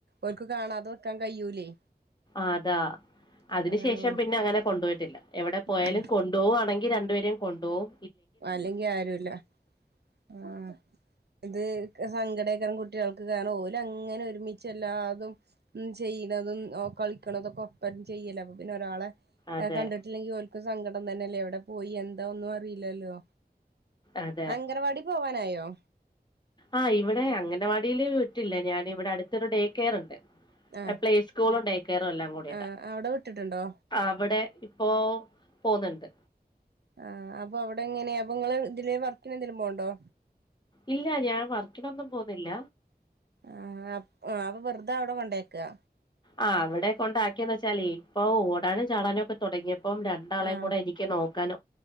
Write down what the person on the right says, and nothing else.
ഓർക്ക് കാണാതെ നിക്കാൻ കഴിയൂലേയ്.
അതാണ്
ആ
അല്ലെങ്കി ആരുല്ല ആ ഇത് സങ്കടെക്കരം കുട്ടികൾക്ക് കാരണം ഓല് അങ്ങനെ ഒരുമിച്ച്ല്ലാതും ഉം ചെയ്യുന്നതും ഓ കളിക്കണതൊക്കെ ഒപ്പം ചെയ്യല അപ്പ പിന്നെ ഒരാളെ
എ കണ്ടിട്ടില്ലെങ്കിൽ ഓൽക്കും സങ്കടം തന്നെയല്ലേ? എവിടെ പോയി എന്താ ഒന്നും അറിയില്ലല്ലോ.
അംഗനവാടി പോവാനായോ?
ആ
ആ അവിടെ വിട്ടിട്ടുണ്ടോ
ആ അപ്പൊ അവിടെ എങ്ങനെ അപ്പൊ ങ്ങ്ള് ഇതിലെ വർക്കിന് എന്തെങ്കിലും പോൺണ്ടോ?
ആ അപൊ വെറുതെ അവ്ടെ കൊണ്ടേക്കാ.
ആഹ്